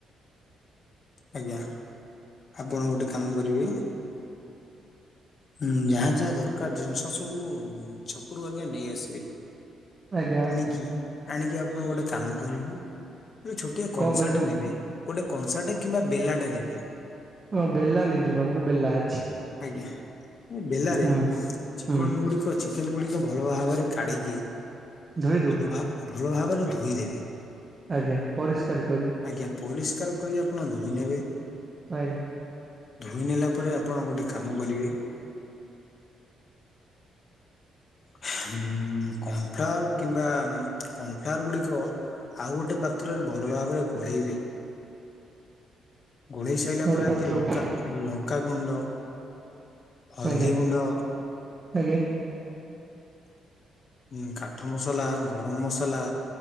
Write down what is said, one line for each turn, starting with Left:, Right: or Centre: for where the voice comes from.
Left: ଆଜ୍ଞା। ଆପଣ ଗୋଟେ କାମ କରିବେ ହୁଁ ଯାହା ଯାହା ଦରକାର ଜିନିଷ ସବୁ ଛକରୁ ଆଜ୍ଞା ନେଇ ଆସିବେ।
Right: ଆଜ୍ଞା
Left: ଆଣିକି ଆଣିକି ଆପଣ ଗୋଟେ କାମ କରିବେ ଛୋଟିଆ କଂସା
Right: କଣ କରିବା
Left: ନେବେ ଗୋଟେ କଂସା କିମ୍ବା ବେଲାଟା ନେବେ
Right: ହଁ ବେଲା ନେଇ ଯିବି ଆମର ବେଲା ଅଛି।
Left: ଆଜ୍ଞା। ବେଲାରେ
Right: ହୁଁ
Left: ଚିକନ
Right: ହୁଁ
Left: ଗୁଡିକ ଚିକେନ ଗୁଡିକ ଭଲ ଭାବରେ କାଢିକି
Right: ଧୋଇ ଦବୁ
Left: ଭଲ ଭଲ ଭାବରେ ଧୋଇଦେବେ।
Right: ଆଜ୍ଞା। ପରିଷ୍କାର କରି
Left: ଆଜ୍ଞା ପରିଷ୍କାର କରି ଆପଣ ଧୋଇ ନେବେ।
Right: <unintelligible>
Left: ଧୋଇ ନେଲା ପରେ ଆପଣ ଗୋଟେ କାମ କରିବେ କନଫ୍ଲାୱାର କିମ୍ବା କନଫ୍ଲାୱାର ଗୁଡିକ ଆଉ ଗୋଟେ ପାତ୍ରରେ ଭଲ ଭାବରେ ଗୋଳେଇବେ ଗୋଳେଇ ସାରିଲା
Right: ଗୋଟେ
Left: ପରେ ଆଜ୍ଞା
Right: ପାତ୍ରକୁ
Left: ଲଙ୍କା ଲଙ୍କା ଗୁଣ୍ଡ ହଳଦୀ
Right: ଆଜ୍ଞା
Left: ଗୁଣ୍ଡ
Right: ଆଜ୍ଞା।
Left: ଉ କାଠ ମସଲା ଗରମ ମସଲା